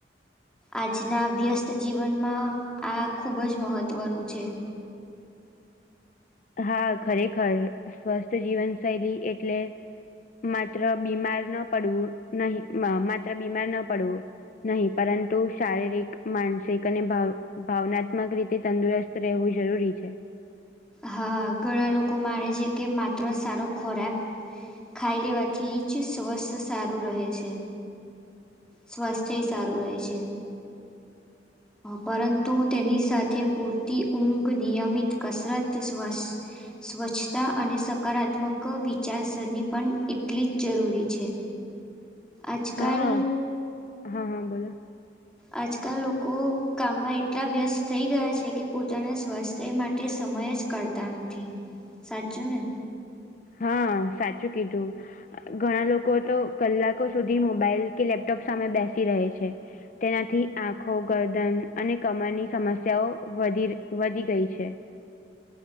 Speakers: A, in the centre; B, on the left.
A: આજના વ્યસ્ત જીવનમાં આ ખૂબજ મહત્ત્વનું છે.
B: હા ખરેખર સ્વસ્થ જીવન શૈલી એટલે માત્ર બીમાર ન પડવું નહી માત્ર બીમાર ન પડવું. નહી પરંતુ શારીરિક માનસિક અને ભાવ ભાવનાત્મક રીતે તંદુરસ્ત રહેવું જરૂરી છે.
A: હા ઘણા લોકો માને છે કે માત્ર સારો ખોરાક ખાઈ લેવાથી જ સ્વાસ્થ્ય સારું રહે છે. સ્વાસ્થ્ય સારું રહે છે. પરંતુ તેની સાથે પૂરતી ઊંઘ નિયમિત કસરત તો સ્વાસ્થ્ય સ્વચ્છતા અને સકારાત્મક વિચારસરણી પણ એટલી જ જરૂરી છે. આજ
B: હા
A: કાલ
B: હા, હા, બોલો.
A: આજકાલ લોકો કામમાં એટલા વ્યસ્ત થઈ ગયા છે કે, પોતાના સ્વાસ્થ્ય માટે સમય જ કરતા નથી. સાચું ને?
B: હા, સાચું કીધું. ઘણા લોકો તો કલાકો સુધી મોબાઈલ કે લેપટોપ સામે બેસી રહે છે. તેનાથી આંખો, ગરદન અને કમરની સમસ્યાઓ વધી, વધી-વધી ગઈ છે.